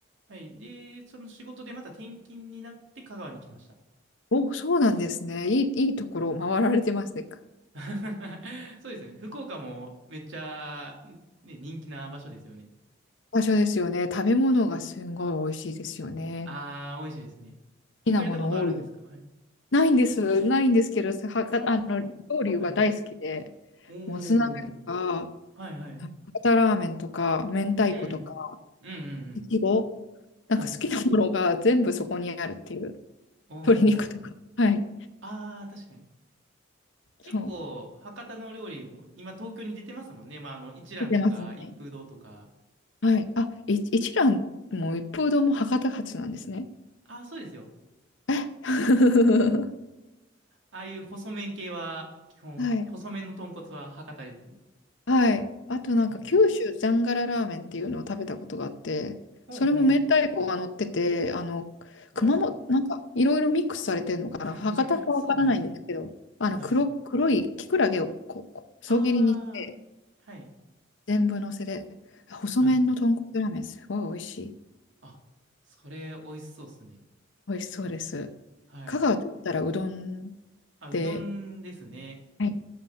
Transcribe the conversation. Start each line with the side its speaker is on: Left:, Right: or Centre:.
Right: はい。で、その仕事でまた転勤になって香川に来ました。
Left: お、そうなんですね。いい、いいところを回られてますね。
Right: <laughs> そうですよね。福岡もめっちゃ、ね、人気な場所ですよね。
Left: 場所ですよね。食べ物がすごい美味しいですよね。
Right: ああ、美味しいですね。
Left: 好きなもの多いです。
Right: 行かれたことあるんですかはい。
Left: ないんです。ないんですけど、はか、
Right: ああ、
Left: あの、料理が大好きで、
Right: はい。お
Left: もつ鍋とか、
Right: ー、はいはい。
Left: 博多ラーメンとか、明太子とか、
Right: うん、うんうんうん。
Left: いちご、なんか好きなものが全部そこにあるっていう。
Right: はい。おー、
Left: 鶏肉とか。はい。
Right: ああ、確かに。結構、
Left: そう。
Right: 博多の料理も、今東京に出てますもんね。まあ、あの、一蘭とか、
Left: 出てますね。
Right: 一風堂とか。
Left: はい。あ、い一蘭も一風堂も博多発なんですね。
Right: ああ、そうですよ。
Left: え <laughs> あ
Right: ああいう細麺系は、基本、
Left: はい。
Right: 細麺の豚骨は博多ですね。
Left: はい。あとなんか九州ザンガララーメンっていうのを食べたことがあって、
Right: はい。ほんほん。
Left: それも明太子が乗ってて、あの、
Right: はい。
Left: 熊本、なんかいろいろミックスされてるのかな。
Right: <laughs>
Left: 博多かわからないんですけど、
Right: そうですね。
Left: あの黒、
Right: はい。
Left: 黒いキクラゲをこう、こう細切りにして、
Right: ああ、はい。
Left: 全部乗せで、細麺の豚骨ラーメン、
Right: はい。
Left: すごい美味しい。
Right: あ、それ、美味しそうですね。
Left: 美味しそうです。
Right: はい。
Left: 香川といったらうどんっ
Right: あ、
Left: て
Right: うどんですね。
Left: はい